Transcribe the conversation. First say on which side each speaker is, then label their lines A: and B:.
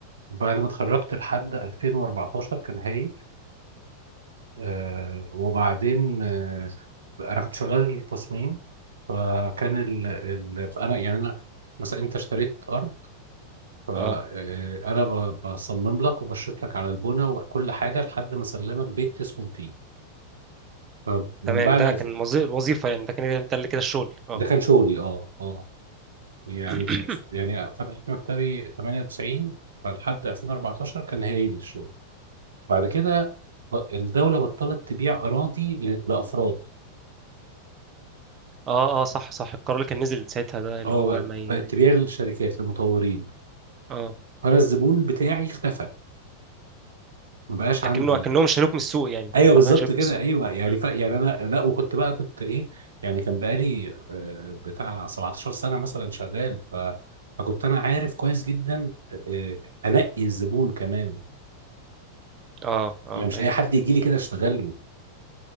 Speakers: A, on the right (about 70°); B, on the right (about 30°).
A: بعد ما اتخرجت لحد 2014 كان هايل آه وبعدين آه انا كنت شغال تصميم فكان ال ال انا يعني انا مثلا انت اشتريت ارض فانا
B: اه
A: بصمم لك وبشرط لك على البنى وكل حاجه لحد ما اسلمك بيت تسكن فيه فمن
B: تمام
A: بعد
B: ده كان وظي- الوظيفه يعني ده كان ده اللي كده الشغل اه
A: ده كان شغلي اه اه يعني
B: اه
A: ف... يعني فتحت مكتبي 98 فلحد 2014 كان هايل الشغل بعد كده ب- الدولة بطلت تبيع أراضي ل- لأفراد
B: اه اه صح صح القرار اللي كان نزل ساعتها ده اللي
A: اه
B: هو
A: بقت
B: ما ي...
A: بقت تبيع للشركات للمطورين
B: اه
A: فأنا الزبون بتاعي اختفى ما بقاش
B: لكنه
A: عندي
B: لكنهم شالوك من السوق يعني
A: ايوه
B: هم حرفيا
A: بالظبط
B: شالوك
A: كده
B: من السوق
A: ايوه يعني
B: مم.
A: ف... يعني انا لا وكنت بقى كنت ايه يعني كان بقالي آه، بتاع 17 سنة مثلا شغال ف... فكنت انا عارف كويس جدا آه، آه، انقي الزبون كمان
B: اه اه
A: يعني مش
B: ايوه
A: اي حد يجي لي كده اشتغل له